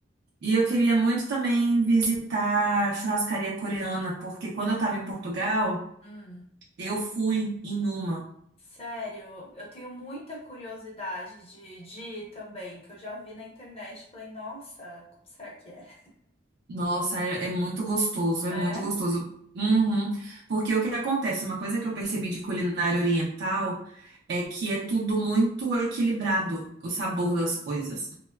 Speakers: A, on the right; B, on the left.
A: E eu queria muito também visitar a churrascaria coreana, porque quando eu estava em Portugal
B: Hum.
A: Eu fui em uma.
B: Sério, eu tenho muita curiosidade de, de ir também, que eu já vi na internet e falei, nossa, como será que é?
A: Nossa, é, é muito gostoso, é
B: É?
A: muito gostoso. Uhum. Porque o que acontece? Uma coisa
B: Hum.
A: que eu percebi de culinária oriental é que é tudo muito equilibrado, o sabor
B: Uhum.
A: das coisas.